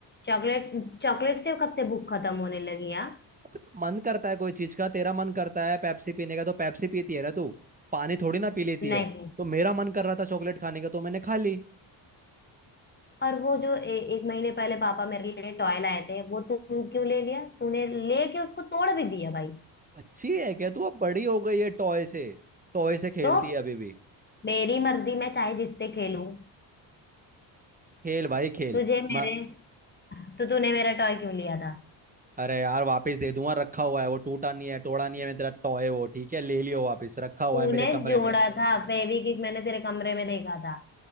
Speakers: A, on the left (about 20°); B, on the right (about 15°).
A: चॉकलेट चॉकलेट से कब से भूख खत्म होने लगी यार
B: अबे तो मन करता है कोई चीज का तेरा मन करता है पेप्सी पीने का तो पेप्सी पीती है ना तू पानी थोड़ी ना पी लेती
A: नहीं
B: है तो मेरा मन कर रहा था चॉकलेट खाने का तो मैंने खा ली
A: और वो जो ए, एक महीने पहले पापा मेरे लिए टॉय लाए थे वो तू क्यों ले लिया तूने लेके उसको तोड़ भी दिया भाई
B: अच्छी है क्या तू अब बड़ी हो गई है टॉय से टॉय से खेलती
A: तो
B: है अभी भी
A: मेरी मर्जी मैं चाहे जिससे खेलूं
B: खेल भाई खेल
A: तुझे
B: म-
A: मेरे तो तूने मेरा टॉय क्यों लिया था
B: अरे यार वापस दे दूंगा रखा हुआ है वो टूटा नहीं है तोड़ा नहीं है मैं तेरा टॉय वो ठीक है ले लियो वापस रखा हुआ
A: तूने
B: है मेरे कमरे
A: जोड़ा
B: में
A: था फेविक्विक मैंने तेरे कमरे में देखा था